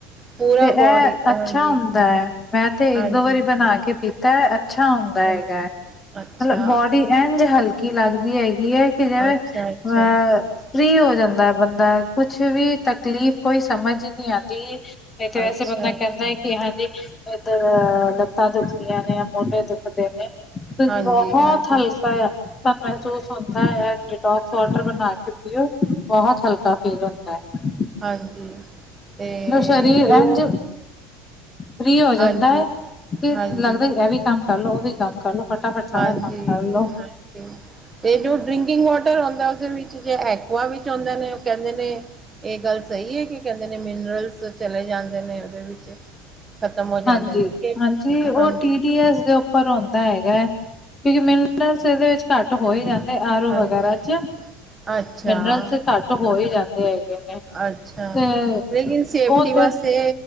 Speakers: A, on the right; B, on the left.
A: ਪੂਰਾ
B: ਤੇ ਇਹ,
A: ਬੋਡੀ ਹਾਂਜੀ
B: ਅੱਛਾ ਹੁੰਦਾ ਏ। ਮੈਂ ਤੇ
A: ਹਾਂਜੀ
B: ਇਕ, ਦੋ ਵਾਰੀ ਬਣਾ ਕੇ ਪੀਤਾ ਹੈ। ਅੱਛਾ ਹੁੰਦਾ
A: ਹਾਂਜੀ
B: ਹੈਗਾ। ਇਹ
A: ਅੱਛਾ
B: ਮਤਲਬ ਬੋਡੀ ਇੰਝ ਹਲਕੀ, ਲੱਗਦੀ ਹੈਗੀ। ਹੈ ਕਿ ਜਿਵੇਂ
A: ਅੱਛਾ
B: ਅਹ
A: ਅੱਛਾ
B: ਫ੍ਰਰੀ ਹੋ ਜਾਂਦਾ ਬੰਦਾ। ਕੁਛ ਵੀ, ਤਕਲੀਫ਼ ਕੋਈ, ਸਮਝ ਹੀ ਨਹੀਂ ਆਂਦੀ। ਨਹੀਂ ਤੇ, ਵੈਸੇ
A: ਅੱਛਾ
B: ਬੰਦਾ ਕਹਿੰਦਾ, ਹੈ ਕਿ ਹਾਂਜੀ, ਇੱਧਰ ਅ ਲੱਤਾਂ ਦੁਖਦੀਆਂ ਨੇ, ਮੋਢੇ ਦੁਖ ਦੇ, ਨੇ ਤੇ
A: ਹਾਂਜੀ,
B: ਬਹੁਤ,
A: ਹਾਂਜੀ,
B: ਹਲਕਾ ਆ। ਸਾਨੂੰ ਮਹਿਸੂਸ ਹੁੰਦਾ ਹੈ। ਡਿਟੋਕਸ ਵਾਟਰ ਬਣਾ ਕੇ ਪੀਓ। ਬਹੁਤ ਹਲਕਾ ਤੲ ਫੀਲ ਹੁੰਦਾ ਏ।
A: ਹਾਂਜੀ, ਤੇ
B: ਸਰੀਰ
A: ਜੋ
B: ਇੰਝ ਫ੍ਰਰੀ ਹੋ ਜਾਂਦਾ
A: ਹਾਂਜੀ,
B: ਹੈ। ਫੇਰ
A: ਹਾਂਜੀ,
B: ਲੱਗਦਾ ਇਹ ਵੀ, ਕੰਮ ਕਰਲੋ, ਉਹ ਵੀ ਕੰਮ ਕਰ ਲੋ। ਫ ਫਟਾਫਟ, ਸਾਰਾ
A: ਹਾਂਜੀ,
B: ਕੰਮ ਕਰ ਲੋ।
A: ਹਾਂਜੀ ਤੇ ਜੋ ਡਰਿੰਕਿੰਗ, ਵਾਟਰ ਹੂੰਦਾ, ਉਹਦੇ ਵਿੱਚ ਜੇ ਐਕੁਆ ਵਿੱਚ, ਆਉਂਦੇ ਨੇ ਉਹ ਕਹਿੰਦੇ ਨੇ। ਇਹ ਗੱਲ ਸਹੀ ਹੈਗੀ। ਕਿ ਕਹਿੰਦੇ ਨੇ, ਮਿਨਰਲਸ ਚਲੇ ਜਾਂਦੇ ਨੇ, ਉਹਦੇ ਵਿੱਚ ਖਤਮ ਹੋ
B: ਹਾਂਜੀ,
A: ਜਾਂਦੇ ਨੇ ਕਿ
B: ਹਾਂਜੀ। ਉਹ
A: ਹਾਂਜੀ,
B: ਟੀ ਡੀ ਐਸ, ਦੇ ਉਪ ਪਰ ਹੁੰਦਾ ਹੈਗਾ। ਕਿਉਂਕਿ ਮਿਨਰਲਸ, ਇਹਦੇ ਵਿੱਚ ਘੱਟ ਹੋ ਹੀ, ਜਾਂਦੇ। ਆਰ ਓ,
A: ਹਾਂਜੀ
B: ਵਗੈਰਾ ਚ
A: ਅੱਛਾ
B: ਮਿਨਰਲਸ ਘੱਟ ਹੋ ਹੀ ਜਾਂਦੇ ਹੈਗੇ ਨੇ,
A: ਅੱਛਾ
B: ਤੇ
A: ਲੇਕਿਨ ਸੇਫਟੀ
B: ਉਹ ਤੇ
A: ਵਾਸਤੇ